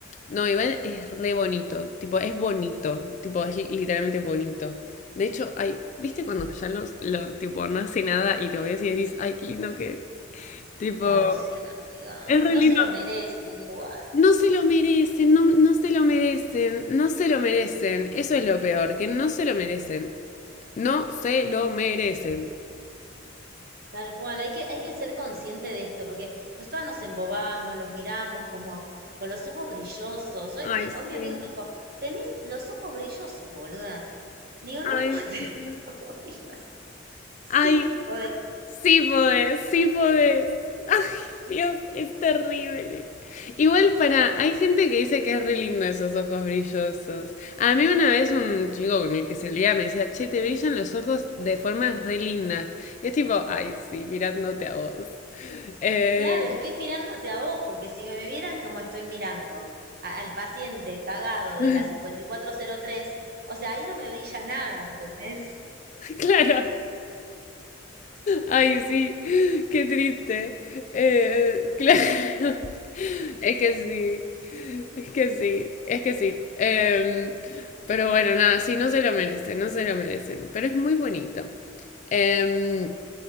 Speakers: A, on the left; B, on the right.
A: no, Iván es re bonito. Tipo, es bonito. Tipo, es li- literalmente bonito. De hecho, ay, ¿viste cuando ya los, lo, tipo, no hace nada y te ves y decís, ay, qué lindo que es? Tipo,
B: Ay, sí, amiga.
A: es re
B: No
A: lindo.
B: se lo merecen igual.
A: No se lo merecen, no, no se lo merecen, no se lo merecen. Eso es lo peor, que no se lo merecen. No se lo merecen.
B: Tal cual, hay que, hay que ser consciente de esto, porque nosotros nos embobamos, los miramos como con los ojos brillosos. Hoy,
A: Ay,
B: eh,
A: sí.
B: hoy mi amigo me dijo, tenés los ojos brillosos, boluda. Digo, no
A: Ay,
B: puedo <laughs> tener
A: sí.
B: los ojos brillosos. Sí,
A: Ay,
B: podés.
A: Sí podés, sí podés. Ay, Dios, es terrible. Igual para, hay gente que dice que es re lindo esos ojos brillosos. A mí una vez un chico con el que se liaba me decía, che, te brillan los ojos de formas re lindas. Y es tipo, ay, sí, mirándote a vos. Eh,
B: Claro, es que es mirándote a vos, porque si me vieran como estoy mirando a- al paciente cagado de
A: <laughs>
B: la cincuenta y cuatro cero tres o sea, ahí no me brilla nada, ¿entendés?
A: claro. Ay, sí, qué triste. Eh, claro, <laughs> es que sí, es que sí, es que sí. Em, pero bueno, nada, sí, no se lo merecen, no se lo merecen, pero es muy bonito. Em,